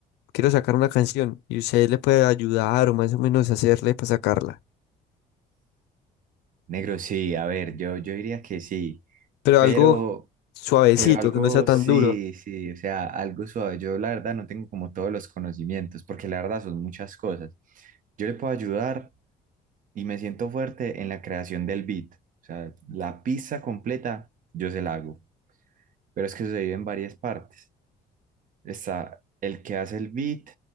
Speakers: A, on the left; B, on the right.
A: quiero sacar una canción y usted le puede ayudar o más o menos hacerle para sacarla,
B: Negro, sí, a ver, yo, yo diría que sí,
A: pero
B: pero,
A: algo suavecito,
B: pero algo
A: que no sea tan
B: sí,
A: duro
B: sí, o sea, algo suave. Yo la verdad no tengo como todos los conocimientos, porque la verdad son muchas cosas. Yo le puedo ayudar y me siento fuerte en la creación del beat. O sea, la pista completa yo se la hago, pero es que se divide en varias partes. Está el que hace el beat,